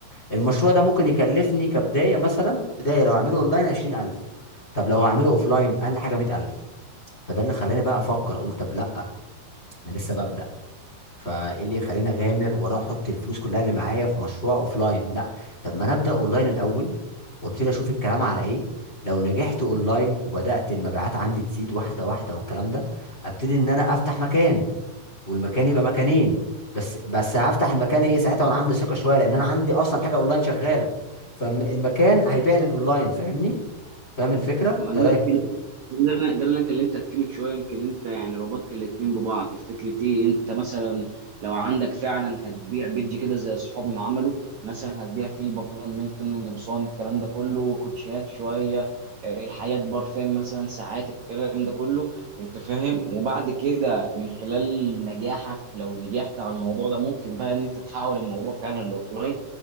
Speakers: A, on the left; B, on the right.
A: المشروع ده ممكن يكلفني كبداية مثلا بداية لو هعمله اونلاين 20000 طب لو هعمله اوفلاين اقل حاجة 100000 فده اللي خلاني بقى افكر اقول طب لا انا لسه ببدأ فايه اللي يخليني اغامر واروح احط الفلوس كلها اللي معايا في مشروع اوفلاين لا طب ما انا ابدأ اونلاين الاول وابتدي اشوف الكلام على ايه لو نجحت اونلاين وبدأت المبيعات عندي تزيد واحدة واحدة والكلام ده ابتدي ان انا افتح مكان والمكان يبقى مكانين بس بس هفتح المكان ايه ساعتها وانا عندي ثقه شويه لان انا عندي اصلا حاجه اونلاين شغاله فالمكان هيبيع للاونلاين فاهمني فاهم الفكره
B: ما
A: طريقه
B: ده اللي انا كلمت ده اللي انا ده اللي انا كلمتك فيه من شويه يمكن انت يعني ربطت الاتنين ببعض في فكره ايه انت مثلا لو عندك فعلا هتبيع بيج كده زي اصحابنا عملوا مثلا هتبيع فيه بنطلون ميلتون قمصان الكلام ده كله كوتشيات شويه آه، الحياه برفان مثلا ساعات الكلام ده كله انت فاهم وبعد كده من خلال نجاحك لو نجحت على الموضوع ده ممكن بقى ان انت تحول الموضوع فعلا لاوفلاين